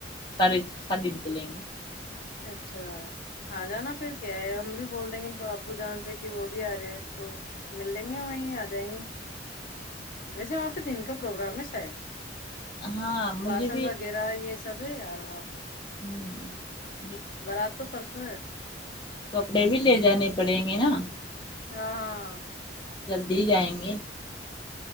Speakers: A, on the left (about 25°); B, on the left (about 50°).
A: سارے س دن چلیں گے
B: اچھا آ جانا پھر کیا ہے ہم بھی بول دیں گے ابو جان سے کہ وہ بھی آ رہے ہیں تو مل لیں گی وہیں جائیں گے ویسے وہاں پہ دن کا پروگرام ہے شاید
A: ہاں مجھے
B: باسن وغیرہ یہ سبھی یار ہ آپ
A: ہوں
B: بارات تو پرسوں ہے
A: کپڑے بھی لے جانے پڑیں گے نا
B: ہاں <unintelligible>
A: دے جائیں گے